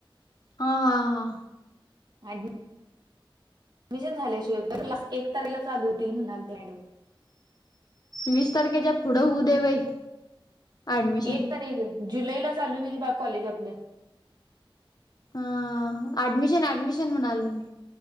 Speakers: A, on the left (about 45°); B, on the right (about 50°).
A: ह हा -हा
B: ऍडमि शन झाल्याशिवाय क्लास एक तारीखला चालू होतील म्हणालत्या मॅडम.
A: वीस तारखेच्या पुढे होऊ दे बाई. ऍडमिशन
B: एक तारीख जुलैला चालू होईल बाळ कॉलेज आपलं
A: अ ऍडमिशन -ऍडमिशन म्हणलोय मी.